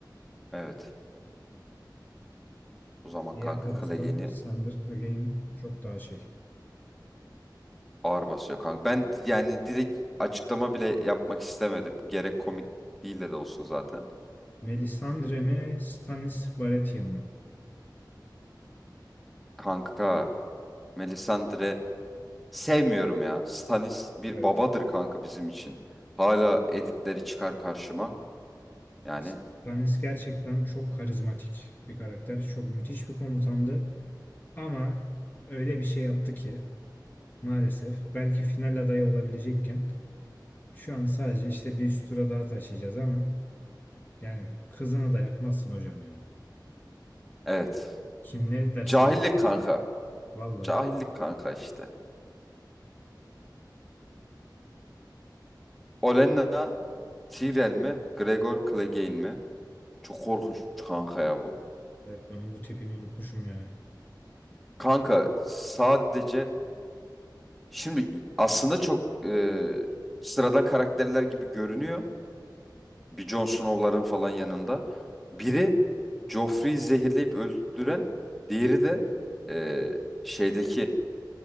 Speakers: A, in the centre; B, on the left.
A: Evet. O zaman
B: Diğer
A: kanka
B: taraftan
A: Clegane'i
B: Sandor Clegane çok daha şey.
A: ağır basıyor kanka. Ben yani direkt açıklama bile yapmak istemedim. Gerek komikliğiyle de olsun zaten.
B: Melisandre
A: Ee,
B: mi, Stannis Baratheon mu?
A: kanka Melisandre sevmiyorum ya. Stannis bir
B: Evet.
A: babadır kanka bizim için. Hala editleri çıkar karşıma. Yani
B: Stannis gerçekten çok karizmatik bir karakter. Çok müthiş bir komutandı. Ama öyle bir şey yaptı ki maalesef belki final adayı olabilecekken şu an sadece işte bir üst tura daha taşıyacağız ama yani kızını da yakmazsın hocam ya.
A: evet.
B: Kim ne derse
A: Cahillik
B: desin.
A: kanka.
B: Valla.
A: Cahillik kanka işte. Olenna Tyrell mi? Gregor Clegane mi? Çok korkunç kanka ya bu.
B: Evet bunun bu tipini unutmuşum ya.
A: Kanka sadece şimdi aslında çok e, sıradan karakterler gibi görünüyor. Bir Jon Snow'ların falan yanında. Biri Joffrey'i zehirleyip öldüren, diğeri de e, şeydeki